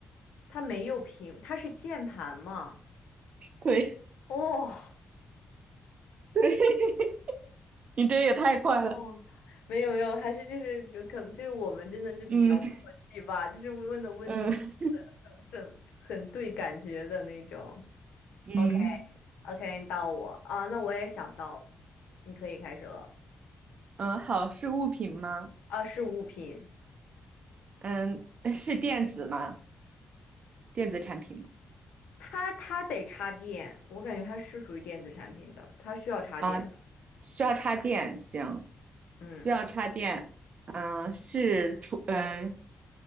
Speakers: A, on the left; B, on the right.
A: 它没有屏，它是键盘吗？
B: 对，
A: 哦
B: 对，<laughs> 你这也太快了，
A: 哦，没有没有，还是就是可能就是我们真的是比较默契吧，
B: 嗯
A: 就是问的问题都是很很很很对感觉的那种。
B: 嗯嗯
A: OK OK，到我啊，那我也想到了，你可以开始了。
B: 嗯，好，是物品吗？
A: 啊，是物品，
B: 嗯，是电子吗？电子产品吗？
A: 它它得插电，我感觉它是属于电子产品的，它需要插电的。
B: 啊。需要插电，行，
A: 嗯。
B: 需要插电，嗯、是厨，嗯、